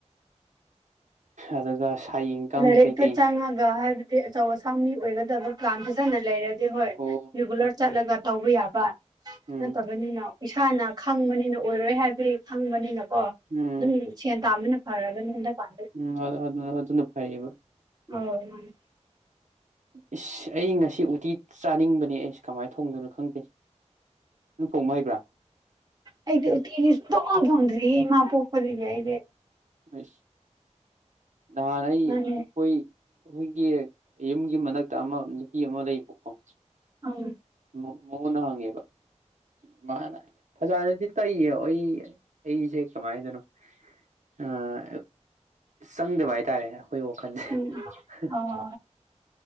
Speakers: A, on the right; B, on the right.
A: ꯑꯗꯨꯒ ꯁꯥꯏ ꯏꯟꯀꯝ
B: ꯂꯥꯏꯔꯤꯛꯇ
A: ꯀꯩꯀꯩ
B: ꯆꯪꯉꯒ ꯍꯥꯏꯕꯗꯤ ꯑꯆꯧ ꯑꯁꯥꯡ ꯃꯤ ꯑꯣꯏꯒꯗꯕ ꯄ꯭ꯂꯥꯟ ꯐꯖꯅ ꯂꯩꯔꯗꯤ ꯍꯣꯏ
A: ꯑꯣ
B: ꯔꯤꯒꯨꯂꯔ
A: ꯑꯣ
B: ꯆꯠꯂꯒ ꯇꯧꯕ ꯌꯥꯕ
A: ꯎꯝ
B: ꯅꯠꯇꯕꯅꯤꯅ ꯏꯁꯥꯅ ꯈꯪꯕꯅꯤꯅ ꯑꯣꯏꯔꯣꯏ ꯍꯥꯏꯕꯩ ꯈꯪꯕꯅꯤꯅꯀꯣ
A: ꯎꯝ
B: ꯑꯗꯨꯝ ꯁꯦꯟ ꯇꯥꯟꯕꯅ ꯐꯔꯕꯅꯑꯦ ꯍꯟꯗꯛꯀꯥꯟꯗꯤ
A: ꯎꯝ ꯑꯗꯨ ꯑꯗꯨꯅ ꯐꯩꯕ <unintelligible>
B: ꯑꯣ <inaudible>
A: ꯏꯁ ꯑꯩ ꯉꯁꯤ ꯎꯇꯤ ꯆꯥꯅꯤꯡꯕꯅꯦ ꯑꯩꯁꯑꯦ ꯀꯃꯥꯏꯅ ꯊꯣꯡꯗꯣꯏꯅꯣ ꯈꯪꯗꯦ ꯅꯪ ꯊꯣꯡꯕ ꯍꯩꯕ꯭ꯔꯥ
B: ꯑꯩꯗꯤ ꯎꯇꯤꯗꯤ ꯁꯨꯛꯊꯣꯡ ꯊꯑꯣꯡꯗꯔ꯭ꯤꯌꯦ ꯏꯃꯥ ꯄꯑꯣꯛꯄꯥꯗꯒꯤ ꯑꯩꯗꯤ
A: ꯍꯩꯁ ꯅꯍꯥꯟ ꯑꯩ ꯑꯩꯈꯣꯏ
B: ꯃꯥꯅꯦ
A: ꯑꯩꯈꯣꯏꯒꯤ ꯌꯨꯝꯒꯤ ꯃꯅꯥꯛꯇ ꯑꯃ ꯅꯨꯄꯤ ꯑꯃ ꯂꯩꯕꯀꯣ
B: ꯑꯪ
A: <inaudible> ꯃꯅ ꯍꯪꯉꯦꯕ ꯃꯥꯅ ꯐꯖꯥꯅꯗꯤ ꯇꯩꯌꯦ ꯑꯩ <unintelligible> ꯑꯩꯁꯦ ꯀꯃꯥꯏꯅꯅꯣ ꯑꯥ ꯆꯪꯗꯕ ꯍꯥꯏꯇꯥꯔꯦꯅꯦ ꯑꯩꯈꯣꯏ ꯋꯥꯈꯜꯁꯦ
B: ꯎꯝ
A: ꯍꯥ
B: ꯑꯣ